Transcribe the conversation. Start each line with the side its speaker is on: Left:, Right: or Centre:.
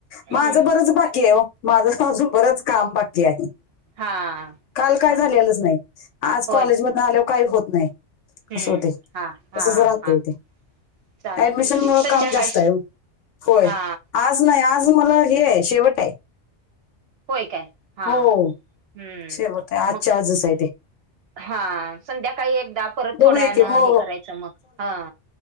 Left: माझं
Right: हम्म
Left: बरंच बाकी आहे हो माझं माजू बरच काम बाकी आहे
Right: हा
Left: काल काय
Right: हा
Left: झालेलंच नाही. आज कॉलेज
Right: होय
Left: मधून आल्यावर काही होत नाही
Right: हम्म
Left: असं होते
Right: हा हा
Left: तच राहत
Right: हा
Left: इथे
Right: चालतय
Left: ऍडमिशन
Right: ते
Left: मुळं
Right: संध्याकाळी
Left: काम जास्त आहे. होय
Right: हा
Left: आज नाही आज मला हे आहे शेवट आहे.
Right: होय काय हा
Left: हो
Right: हम्म
Left: शेवट आहे आजच्या
Right: मग
Left: आजच आहे ते
Right: हा संध्याकाळी एकदा परत
Left: बघूया
Right: थोड्यानं
Left: की हो
Right: हे करायचं मग हा